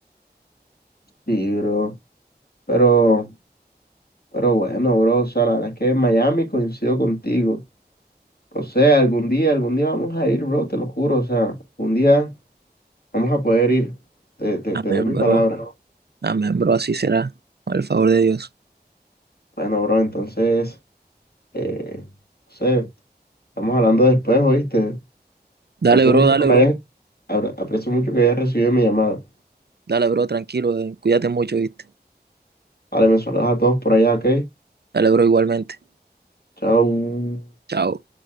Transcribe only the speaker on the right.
Amén,
bro,
amén, bro, así será, al favor de Dios.
Dale,
bro,
dale,
bro.
Dale, bro, tranquilo. eh, Cuídate mucho, ¿viste?
Dale, bro, igualmente.
Chao.